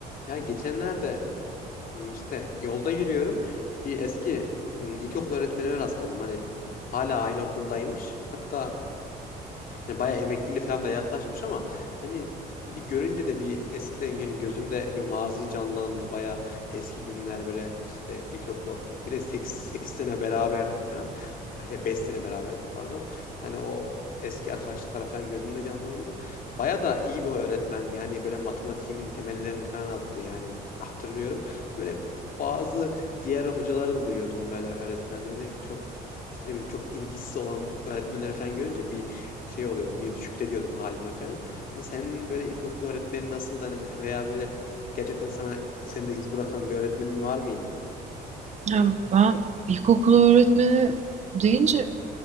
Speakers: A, on the left; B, on the right.
A: Ya geçenlerde m, işte yolda yürüyorum. Bir eski m, ilkokul öğretmenime rastladım. Hani hala aynı okuldaymış. Hatta yani bayağı emekliliği falan da yaklaşmış ama hani bir görünce de bir eskiden yani gözümde bir mazi canlandı. Bayağı eski günler böyle işte ilkokula bir de 8, 8 sene beraberdik falan. Ay Şey 5 sene beraberdik pardon. Yani o eski arkadaşlıklar falan gözümde canlandı. Baya da iyi bir öğretmendi. Hani böyle matematiğimin temellerini falan attı yani hatırlıyorum. Böyle bazı diğer hocaları da duyuyordum böyle öğretmenleri çok işte ne bileyim çok ilgisiz olan öğretmenleri falan görünce bir şey oluyordum bir şükrediyordum halime falan. Hani senin böyle ilkokul öğretmenin nasıldı hani veya böyle gerçekten sana seni de iz bırakan bir öğretmenin var mıydı?
B: Ya, ben ilkokul öğretmeni deyince